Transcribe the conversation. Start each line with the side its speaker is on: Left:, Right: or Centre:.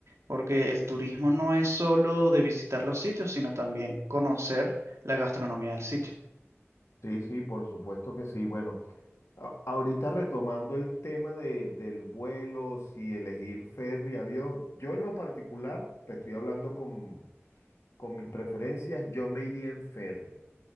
Right: porque el turismo no es solo de visitar los sitios, sino también conocer la gastronomía del sitio.
Left: Sí, sí, por supuesto que sí. Bueno, a- ahorita retomando el tema de, del vuelo, si elegir ferry, avión, yo en lo particular, te estoy hablando con con mis preferencias, yo me iría en ferry.